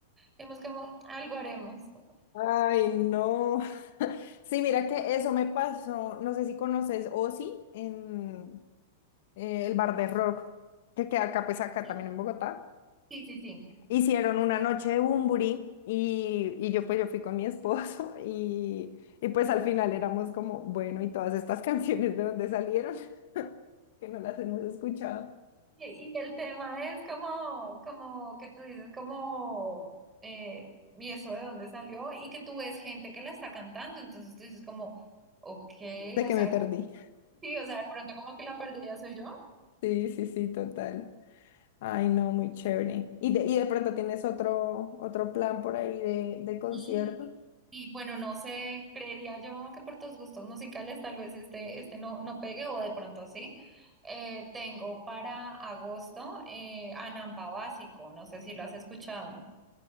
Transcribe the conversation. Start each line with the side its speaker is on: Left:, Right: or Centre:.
Right: Hemos como, algo haremos.
Left: Ay, no. <laughs> Sí, mira que eso me pasó, no sé si conoces Ozzy en... eh, el bar de rock que queda acá, pues acá
Right: Sí,
Left: también en Bogotá.
Right: sí, sí. sí.
Left: Hicieron una noche de Bumburi y, y yo pues yo fui con mi esposo <laughs> y, y pues al final éramos como, bueno, ¿y todas estas <laughs> canciones de dónde salieron? <laughs> Que no las hemos escuchado.
Right: Y, y el tema es como, como que tú dices, como, eh, y eso de dónde salió, y que tú ves gente que la está cantando, entonces tú dices como, ok,
Left: De
Right: o
Left: que
Right: sea,
Left: me perdí.
Right: sí, o sea, de pronto como que la perdida soy yo.
Left: Sí, sí, sí, total. Ay, no, muy chévere. ¿Y de, y de pronto tienes otro, otro plan por ahí de, de concierto?
Right: Y, y bueno, no sé, creería yo que por tus gustos musicales tal vez este, este no, no pegue, o de pronto sí. Eh, tengo para agosto eh, Anampa Básico, no sé si lo has escuchado.